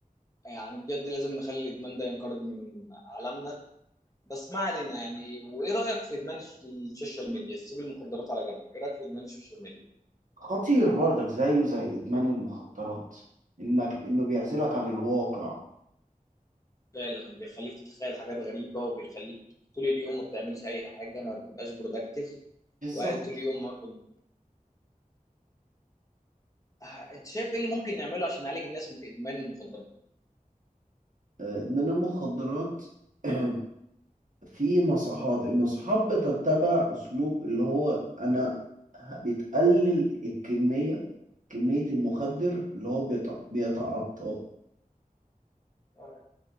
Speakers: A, on the left; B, on the right.
A: يعني بجد لازم نخلي الإدمان ده ينقرض من عالمنا بس ما علينا يعني وإيه رأيك في إدمان الش- السوشيال ميديا؟ سيب المخدرات على جنب، إيه رأيك في إدمان السوشيال ميديا؟
B: خطير برضك زيه زي إدمان المخدرات إنك إنه بيعزلك عن الواقع
A: فعلا بيخليك تتخيل حاجات غريبة وبيخليك طول اليوم ما بتعملش أي حاجة ما بتبقاش برودكتيف
B: بالظبط
A: وقاعد طول اليوم قد- آه، أنت شايف إيه اللي ممكن نعمله عشان نعالج الناس من إدمان المخدرات؟
B: آه، إدمان المخدرات <clears throat> في مصحات المصحات بتتبع أسلوب اللي هو أنا ه- بتقلل الكمية كمية المخدر اللي هو بيتع- بيتعاطاه
A: آه،